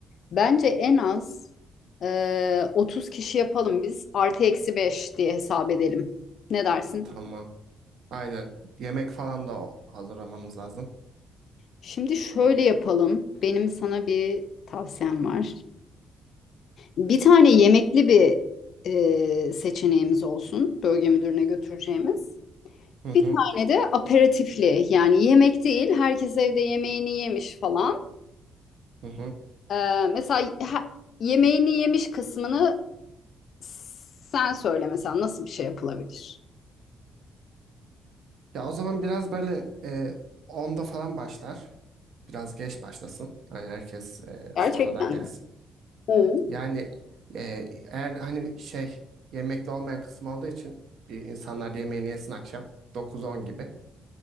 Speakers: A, on the left; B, on the right.
A: Bence en az e, 30 kişi yapalım biz. Artı eksi 5 diye hesap edelim. Ne dersin?
B: Tamam. Aynen. Yemek falan da o- hazırlamamız lazım.
A: Şimdi şöyle yapalım. Benim sana bir tavsiyem var. Bir tane yemekli bir e, seçeneğimiz olsun. Bölge müdürüne götüreceğimiz.
B: Hı hı.
A: Bir tane de aperatifli yani yemek değil herkes evde yemeğini yemiş falan.
B: Hı hı.
A: Ee, mesela he- yemeğini yemiş kısmını sen söyle mesela nasıl bir şey yapılabilir?
B: Ya o zaman biraz böyle e, 10'da falan başlar. Biraz geç başlasın. Hani herkes e,
A: Gerçekten.
B: sonradan gelsin.
A: Hı.
B: Yani e, eğer hani şey yemekli olmayan kısım olduğu için bir insanlar yemeğini yesin akşam dokuz on gibi